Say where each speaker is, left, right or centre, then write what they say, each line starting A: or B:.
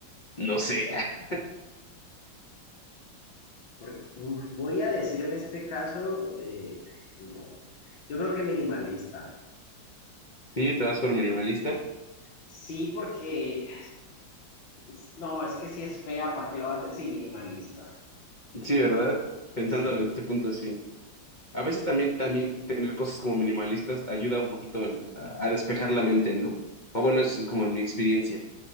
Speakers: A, on the left (about 40°); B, on the left (about 80°).
A: No sé. <laughs>
B: porque uf, voy a decir en este caso, eh, no, yo creo que minimalista.
A: Sí, te vas por minimalista.
B: Sí, porque, es- no, es que si es fea, ¿para qué la va a tener? Sí, minimalista,
A: Sí, ¿verdad? Pensándolo
B: sí.
A: desde este punto, sí. A veces también, también tener cosas como minimalistas ayuda un poquito en- a, a despejar la mente, ¿no? O bueno, eso es como mi experiencia.